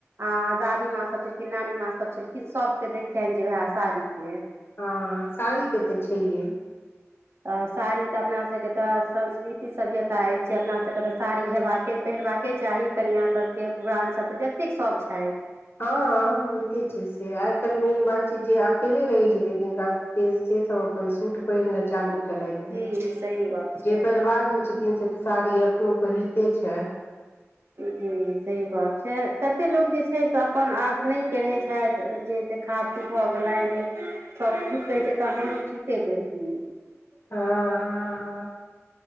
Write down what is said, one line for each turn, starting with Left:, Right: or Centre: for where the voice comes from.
Right: आऽ दादी माँ सब छेलखिन, नानी माँ सब छेलखिन, सबके देखियनि जे उहै साड़ीये।
Left: हँ साड़ी के तऽ छैहे।
Right: अ साड़ी तऽ अपना स के तऽ संस्कृति सभ्यता अछि। से अपना सभके तऽ साड़ी हेबाके, पहिरबाके चाही, कनियाँ सभके, पुरान सभके जतेक सब छै।
Left: हँ होइते छै से। आइ काल्हि मेन बात छै जे अकेले रहि जेतै जिनका से सब अपन सूट पहिरनाय चालू केलथि।
Right: जी सही गप छै
Left: जे परिवार मे छथिन से, साड़ी एखनो पहिरते छै।
Right: जी जी सही बात छै। कते लोक जे छै से अपन आप नय पेरहै छैथ जे, देखावटी भऽ गेलै जे सब सूट पहिरे छै तऽ हमहूँ सूटे पहीरेति।
Left: हँ हँ